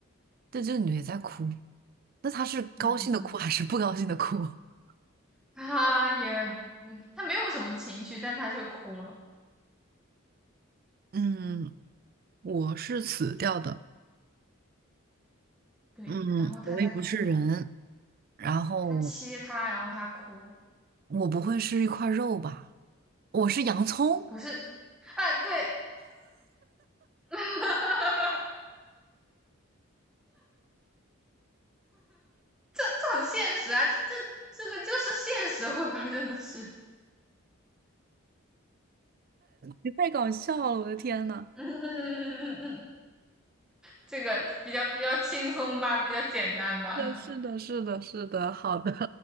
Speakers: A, on the right; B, in the centre.
A: 对，这个女的在哭，那她是高兴的哭还是不高兴的哭？
B: 嗯嗯嗯，
A: <laughs>
B: 她也，嗯，她没有什么情绪，但她却哭了，
A: 嗯，我是死掉的，
B: 对，
A: 嗯，
B: 然后她在哭，
A: 我也不是人，然后
B: 她切她，然后她哭了，
A: 我不会是一块肉吧？我是洋葱。
B: 不是，哎，对，<laughs> 这这很现实啊，这这这个就是现实会发生的事，
A: 你太搞笑了，我的天呐！
B: 嗯嗯嗯嗯嗯嗯，嗯这个比较比较轻松吧，比较简单吧，<laughs>
A: 是的，是的，是的，是的，好的，